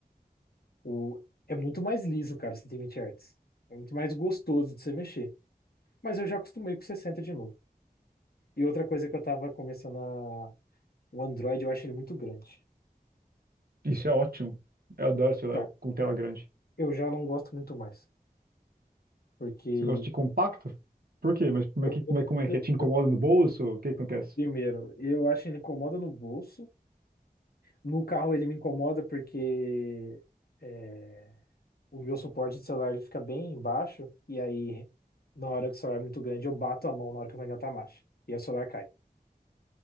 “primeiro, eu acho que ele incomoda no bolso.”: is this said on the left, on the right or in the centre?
Left